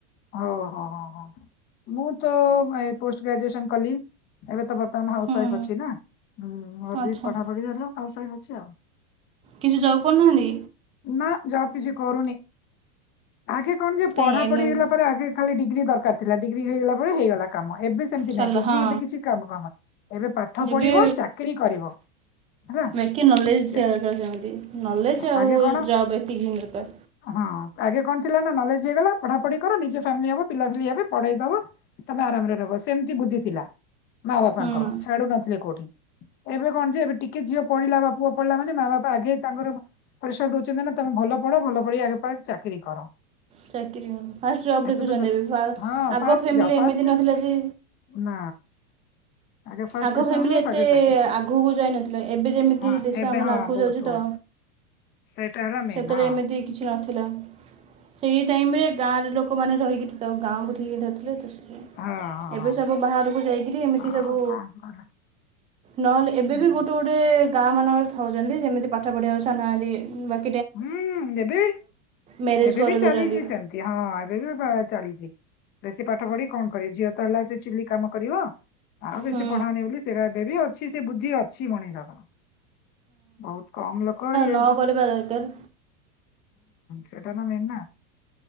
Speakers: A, on the left (about 30°); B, on the right (about 20°).
A: ହ ହୋ ହ ହ ମୁଁ ତ ପୋଷ୍ଟ ଗ୍ରାଜୁଏସନ୍ କଲି ଏବେ ତ ବର୍ତ୍ତମାନ ହାଉସ
B: ହୁଁ
A: ୱାଇଫ ଅଛି ନା। ହୁଁ ଅବି
B: ଆଚ୍ଛା
A: ପଢାପଢି ସରିଲା ହାଉସ୍ ଆଛା।
B: କିଛି ଯବ୍ କରୁନାହାନ୍ତି?
A: ନା ଜବ୍ କିଛି କରୁନି। ଆଗେ କଣ ଯେ ପଢ଼ା
B: କାଇଁ ଏଲ୍
A: ପଢ଼ି
B: ଏଲ୍
A: ହେଲା ଖାଲି ଡିଗ୍ରୀ ଦରକାର ଥିଲା ଡିଗ୍ରୀ ହେଇଗଲା ପରେ ହେଇଗଲା। କାମ ଏବେ ସେମିତି
B: ସରିଲା
A: ନାଇଁ ଡିଗ୍ରୀ
B: ହଁ
A: ଏବେ କିଛି କାମ ଫାମ ଏବେ ପାଠ ପଢ଼ିବ
B: ଏବେ
A: ଚାକିରି କରିବ ହେଲା
B: ବାକି ନଲେଜ୍ ଥିବା
A: ହଁ
B: ଦରକାର ସେମିତି ନଲେଜ୍ ଆଉ
A: ଆଗେ କଣ
B: ଜବ୍ ଏତିକି ହିଁ ଦରକାର
A: ହଁ ଆଗେ କଣ ଥିଲା ନା ନଲେଜ୍ ହେଇଗଲା ପଢ଼ା ପଢ଼ି ନିଜ ଫ୍ୟାମିଲି ହବ ପିଲା ପିଲି ହବ ପଢ଼େଇ ଦବ ତାପରେ ଆରାମରେ ରହିବ ସେମିତି ବୁଦ୍ଧି ଥିଲା। ମା ବାପାଙ୍କର
B: ହୁଁ
A: ଛାଡ଼ୁ ନଥିଲେ କୋଉଠି। ଏବେ କଣ ଯେ ଏବେ ଟିକେ ଝିଅ ପଢିଲା ବା ପୁଅ ପଢ଼ିଲା ମାନେ ମା ବାପା ଆଗେ ତାଙ୍କର ପରିସର ଦଉଛନ୍ତି ନା ତମେ ଭଲ ପଢ଼ ଭଲ ପଢ଼ି ଆଗ ଚାକିରି କର।
B: ଚାକିରି ହଉ ଫାଷ୍ଟ ଜବ୍
A: ଏବେ
B: ଦେଖୁଛନ୍ତି
A: ତ ସବୁ
B: ଏବେ
A: ହଁ
B: ଆଗ
A: ଫାଷ୍ଟ
B: ଫ୍ୟାମିଲି
A: ଯାଅ ଫାଷ୍ଟ
B: ଏମିତି ନଥିଲା ଯେ
A: ନା ଆଗେ ଫାଷ୍ଟ
B: ଆଗ
A: ପେସେଣ୍ଟ
B: ଫ୍ୟାମିଲି
A: ହୁଅ
B: ଏତେ
A: ତାପରେ ଚାକିରି କର।
B: ଆଗକୁ ଯାଇନଥିଲେ ଏବେ ଯେମିତି
A: ହଁ
B: ଦେଶ
A: ଏବେ
B: ଆମେମାନେ
A: ହଁ
B: ଆଗକୁ
A: ବହୁତ
B: ଯାଉଛ
A: ବହୁତ
B: ତ
A: ସେଇଟା ହେଲା ମେନ୍
B: ସେତବେଳେ
A: ହଁ
B: ଏମିତି କିଛି ନଥିଲା ସେଇ ସେ ଟାଇମ୍ ରେ ଗାଁରେ ଲୋକମାନେ ରହିକି ଗାଁକୁ ଟିକେ ଦେଉଥିଲେ ତ
A: ହଁ ହଁ
B: ଏବେ
A: ହଁ।
B: ସବୁ ବାହାରକୁ ଯାଇକିରି ଏମିତି
A: ଆଉ
B: ସବୁ
A: କଣ କର
B: ନହେଲେ ଏବେବି
A: ହୁଁ
B: ଗୋଟେ ଗୋଟେ ଗାଁ ମାନଙ୍କରେ ଥାଉଛନ୍ତି ଯେମିତି ପାଠ ପଢ଼ିଆ କୁ ଛାଡୁନାହାଁନ୍ତି
A: ହୁଁ ଏବେ
B: ମ୍ୟାରେଜ୍
A: ଏବେ
B: କରିଦେଉଛନ୍ତି
A: ବି ଚାଲିଛି ସେମତି ହଁ ଏବେ ବି ଚାଲିଛି। ବେଶୀ ପାଠ ପଢ଼ି କଣ କରବି ଝିଅ ତ ହେଲା ସେ ଚୁଲି କାମ କରିବ। ଆଉ ବେଶୀ
B: ହୁଁ
A: ପଢ଼ାଅନି ବୋଲି ସେଇଟା ଏବେ ବି ଅଛି। ସେ ବୁଦ୍ଧି ଅଛି ମଣିଷଙ୍କର। ବହୁତ କମ୍ ଲୋକ ଇଏ
B: ନଁ କରିବା ଦରକାର।
A: ସେଟା ତ ମେନ୍ ନା।